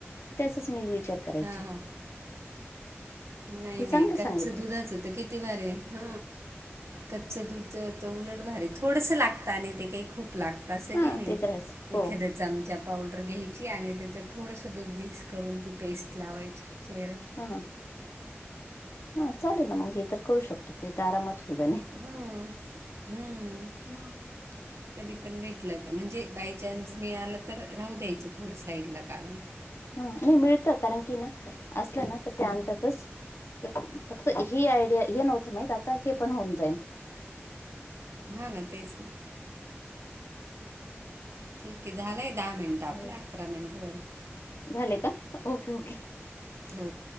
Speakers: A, on the left; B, on the right.
A: त्याचाच मी विचार करायचे.
B: हां हां नाही
A: हे
B: नाही
A: चांगले सांगितले
B: कच्च दुधाचं त कि ती भारी. ह कच्चं दुधजच उलट भारी. थोडसं लागतं आणि ते काई खू खूप लागतं असंही
A: हा
B: काही नाही.
A: ते तर आहेच हो
B: एखाद्या चमचा पावडर घ्यायची. आणि त्याच्यात थोडंसं दूध मिक्स करून ती पेस्ट लावायची चेहऱ्याला.
A: ह ह. ह चालेल म हे तर करू शकतो. ते तर आरामात होईल आणि.
B: हं हम्म म. कधी पण भेटलं का, म्हणजे बायचान्स मिळालं तर. राहू द्यायचं थोडं साईड ला काढून.
A: ह नाही मिळतं. कारण की ना, असलं ना त ते आणतातच. त फक्त हेी आयडिया हे नव्हतं माहीत. आता हे पण होऊन जाईन.
B: हा ना तेच न. ठीके. झालंय दहा मिनटं
A: जाईल
B: आपल अकरा मिनिटं झाले.
A: झाले का? Okay okay.
B: हो.